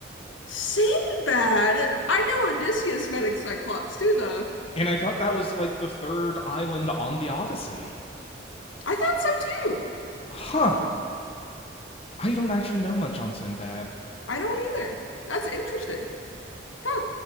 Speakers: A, on the left (about 85°); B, on the left (about 30°).
A: Sinbad. I know Odysseus met a Cyclops too, though.
B: And I thought that was like the third island on the Odyssey.
A: I thought so too.
B: Huh. I don't actually know much on Sinbad.
A: I don't either. That's interesting. Huh.